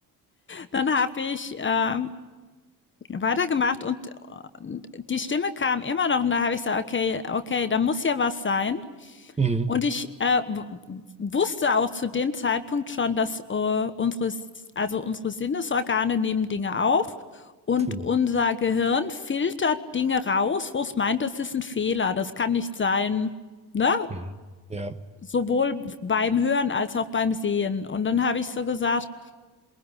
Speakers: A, on the left (about 30°); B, on the right (about 15°).
A: dann habe ich ähm, weitergemacht und die Stimme kam immer noch und da habe ich gesagt, okay, okay, da muss ja was sein.
B: Mhm.
A: Und ich äh, wusste auch zu dem Zeitpunkt schon, dass äh, unsere, also unsere Sinnesorgane nehmen Dinge auf und
B: Mhm.
A: unser Gehirn filtert Dinge raus, wo es meint, das ist ein Fehler, das kann nicht sein, ne?
B: Mhm. Ja.
A: Sowohl beim Hören als auch beim Sehen. Und dann habe ich so gesagt,